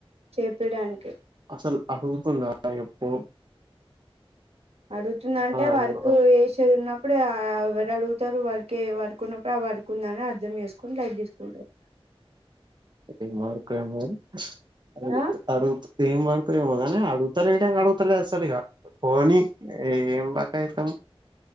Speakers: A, on the right; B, on the right.
A: చేపిడానికే
B: అసలు అడుగుతుందా నాకు
A: అడుగుతుందా అంటా
B: అనుకో
A: వర్కు చేసేది ఉన్నప్పుడు అ ఎవరు అడుగు తారు వడికే వాడుకున్నప్పుడు ఆవాడుకుందానే అర్థం చేేసుకొని లైట్ తీసుకుంటారు
B: నాతోని గాలే కమల్ అడుగుత్
A: ఆ
B: అడుత్ ఎమ్ వాడుకున్న ఏమో గాని అడుగుత అడుగుతలేదు అస్సలిగా పోనీ ఏం బ ఐతము